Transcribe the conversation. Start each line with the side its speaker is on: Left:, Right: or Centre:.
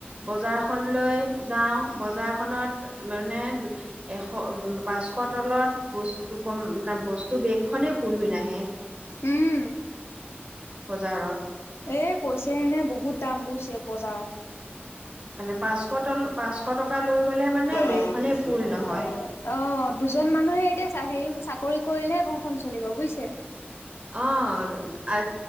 Right: বজাৰখন লৈ যাওঁ বজাৰখনত মানে এশ পাঁচশত তলত বস্তু ক বস্তু বেগ খনে ফুল হৈ নাহে
Left: উম
Right: বজাৰত।
Left: এ কৈছে এনে বহুত দাম বুজিছে বজাৰত।
Right: মানে পাঁচশ তল পাঁচশ টকা লৈ গ'লে মানে বেগখনেই
Left: ৰামকৃষ্ণ
Right: ফুল
Left: ভগৱান।
Right: নহয়।
Left: অ, দুজন মানুহে এতিয়া হেৰি চাকৰি কৰিলেহে ঘৰখন চলিব বুজিছে।
Right: অ, আজ